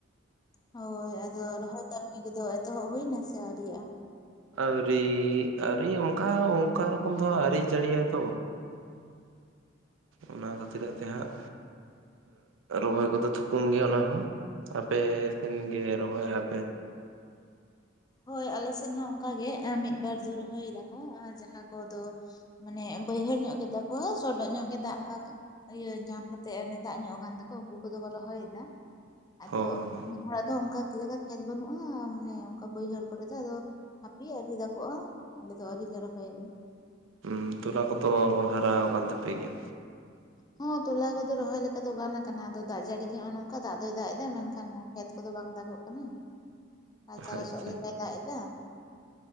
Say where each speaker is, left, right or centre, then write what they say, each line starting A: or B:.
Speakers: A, on the left; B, on the right.
A: ᱦᱳᱭ ᱟᱫᱚ ᱨᱚᱦᱚᱭ ᱠᱟᱹᱢᱤ ᱨᱮᱫᱚ ᱮᱛᱚᱦᱚᱵ ᱦᱩᱭᱱᱟ ᱥᱮ ᱟᱹᱣᱨᱤᱭᱟᱜ-ᱟ?
B: ᱟᱹᱣᱨᱤ ᱟᱹᱣᱨᱤ ᱚᱱᱠᱟ ᱚᱱᱠᱟ ᱨᱚᱠᱚᱢ ᱫᱚ ᱟᱹᱣᱨᱤ ᱡᱟᱹᱲᱤᱭᱟᱭ ᱛᱚ ᱾ ᱚᱱᱟ ᱠᱷᱟᱹᱛᱤᱨᱟᱜ ᱛᱮ ᱦᱟᱸᱜ ᱨᱚᱦᱚᱭ ᱠᱚᱫᱚ ᱛᱷᱩᱠᱩᱢ ᱜᱮᱭᱟ ᱚᱱᱟ ᱦᱚᱸ᱾ ᱟᱯᱮ ᱥᱮᱱ ᱜᱮ ᱨᱚᱦᱚᱭ ᱟᱯᱮ?
A: ᱦᱳᱭ ᱟᱞᱮ ᱥᱮᱱ ᱦᱚᱸ ᱚᱱᱠᱟ ᱜᱮ ᱢᱤᱫ ᱵᱟᱨ ᱫᱚ ᱨᱚᱦᱚᱭ ᱫᱟᱠᱚ ᱡᱟᱦᱟᱸ ᱠᱚᱫᱚ ᱢᱟᱱᱮ ᱵᱟᱹᱭᱦᱟᱹᱲ ᱧᱚᱜ ᱜᱮᱛᱟ ᱠᱚᱣᱟ ᱥᱚᱰᱚᱜ ᱧᱚᱜ ᱜᱮ ᱫᱟᱜ ᱤᱭᱟᱹ ᱧᱟᱢ ᱠᱟᱛᱮᱜ ᱚᱱᱮ ᱫᱟᱜ ᱧᱚᱜ ᱟᱠᱟᱱ ᱛᱟᱠᱚ ᱩᱱᱠᱩ ᱠᱚᱫᱚ ᱠᱚ ᱨᱚᱦᱚᱭᱮᱫᱟ ᱾ ᱟᱫᱚ
B: ᱦᱚᱸ
A: ᱱᱮ ᱦᱚᱲᱟᱜ ᱫᱚ ᱚᱱᱠᱟ ᱞᱮᱠᱟ ᱠᱷᱮᱛ ᱵᱟᱹᱱᱩᱜᱼᱟ ᱢᱟᱱᱮ ᱚᱱᱠᱟ ᱵᱟᱹᱭᱦᱟᱹᱲ ᱠᱚᱨᱮ ᱫᱚ ᱟᱫᱚ ᱦᱟᱯᱤ ᱟᱹᱣᱨᱤ ᱫᱟᱜᱚᱜᱼᱟ ᱟᱞᱮ ᱫᱚ ᱟᱹᱣᱨᱤ ᱞᱮ ᱨᱚᱦᱚᱭᱟᱞᱮ ᱾
B: ᱩᱸ ᱛᱚᱞᱟ ᱠᱚᱫᱚ ᱦᱟᱨᱟᱣ ᱠᱟᱱ ᱛᱟᱯᱮ ᱜᱮᱭᱟ?
A: ᱦᱚᱸ ᱛᱚᱞᱟ ᱠᱚᱫᱚ ᱨᱚᱦᱚᱭ ᱞᱮᱠᱟ ᱫᱚ ᱜᱟᱱ ᱠᱟᱱᱟ ᱟᱫᱚ ᱫᱟᱜ ᱡᱟᱹᱲᱤ ᱜᱮ ᱱᱚᱜᱚᱭ ᱱᱚᱝᱠᱟ ᱫᱟᱜ ᱫᱚᱭ ᱫᱟᱜ ᱮᱫᱟ ᱢᱮᱱᱠᱷᱟᱱ ᱠᱷᱮᱛ ᱠᱚᱫᱚ ᱵᱟᱝ ᱫᱟᱜᱚᱜ ᱠᱟᱱᱟ᱾
B: <inaudible>
A: ᱨᱟᱪᱟ ᱞᱚᱥᱚᱜ
B: ᱟᱪᱪᱷᱟ
A: ᱞᱮᱠᱟᱭ ᱫᱟᱜ ᱮᱫᱟ ᱾